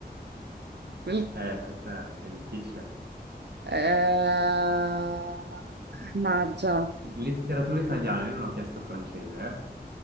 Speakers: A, on the right; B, on the right.
A: il-
B: Eh, questa è è difficile.
A: eh, mannaggia,
B: Letteratura italiana, io non ho chiesto francese, eh?